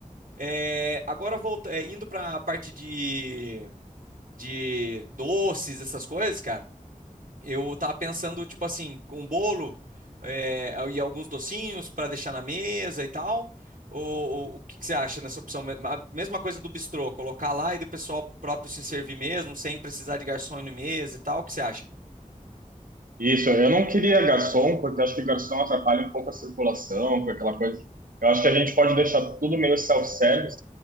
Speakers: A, on the right; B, on the right.
A: Eh, agora volta, eh, indo para a parte de, de doces, essas coisas, cara. Eu tava pensando, tipo assim, um bolo é, e alguns docinhos para deixar na mesa e tal. Ou, ou o que que você acha nessa opção? Me- a Mesma coisa do bistrô, colocar lá e do pessoal próprio se servir mesmo, sem precisar de garçom ir no mesa e tal. O que você acha?
B: Isso, eu não queria garçom, porque eu acho que garçom atrapalha um pouco a circulação, com aquela coisa. Eu acho que a gente pode deixar tudo meio self-service